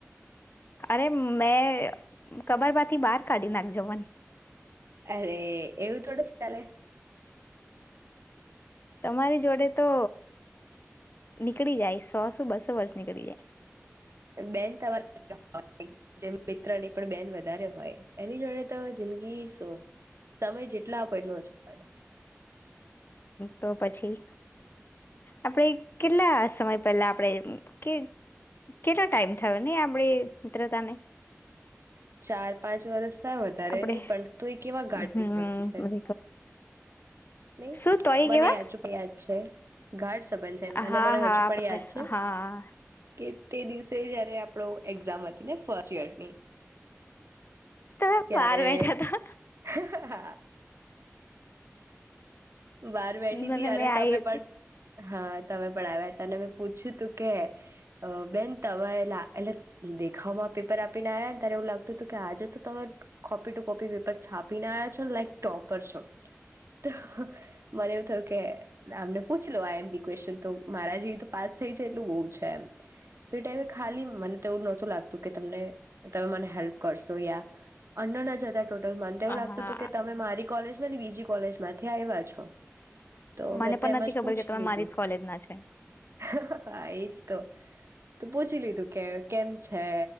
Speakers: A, on the left; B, on the right.
A: અરે મેં કબરમાંથી બહાર કાઢી નાખ જો મને.
B: અરે એવું થોડું જ ચાલે.
A: તમારી જોડે તો નીકળી જાય સો સો બસો વર્ષ નીકળી જાય.
B: બેન તમારા જેમ મિત્રની પણ બેન વધારે હોય એની જોડે તો જિંદગી શું સમય જેટલો આપો એટલો ઓછો પડે.
A: તો પછી આપણેે કેટલા સમય પહેલા આપણેે કે કેટલો ટાઈમ થવાની આપણી મિત્રતાને.
B: ચાર પાંચ વર્ષ થાય વધારે
A: આપડે
B: નહી પણ તું એ કેવા <unintelligible>
A: હમ
B: બાન છે. નહી
A: શું તોય
B: મને
A: કેવા
B: હજુ પણ યાદ છે. ઘાટ બંધ છે
A: હા
B: અને મને
A: હા
B: હજુ
A: આપડે
B: પણ યાદ છે
A: હા
B: કે તે દિવસે જયારે આપણો એક્ઝામ હતી ને ફર્સ્ટ ઈયર ની
A: તમે
B: ત્યારે
A: બહાર બેઠા તા
B: હ, હ, હ. બહાર બેઠી
A: મને
B: હતી અને
A: મેં આવી
B: તમે
A: હતી
B: પણ હા તમે પણ આવ્યા હતા ને મેં પૂછ્યું હતું કે બેન તમે એટલે દેખાવમાં પેપર આપીને આવ્યા ને ત્યારે એવું લાગતું હતું કે આજે તો તમે કોપી ટુ કોપી પેપર છાપી ના આવ્યા છો લાઈક ટોપર છો તો મને એવું થયું કે આમને પૂછ લો આઈ એમ પી ક્વેશન તો મારા જેવી પાસ થઈ જાય એટલું બહું છે એમ તો એ ટાઈમે ખાલી મને તો એવું નહોતું લાગતું કે તમને તમે મને હેલ્પ કરશો યા અન્નના જતા ટોટલ માન એવું લાગતું
A: હા
B: હતું કે તમે મારી કોલેજ <unintelligible> ની બીજી કોલેજ માંથી આવ્યા છો. તો મેં
A: મને
B: તો
A: પણ
B: એમાં
A: નથી
B: જ
A: ખબર
B: પૂછી
A: કે તમે
B: લીધું
A: મારી જ કોલેજ ના છે
B: હા, હા, હા એજ તો. તો પૂછી લીધું કે કેમ છે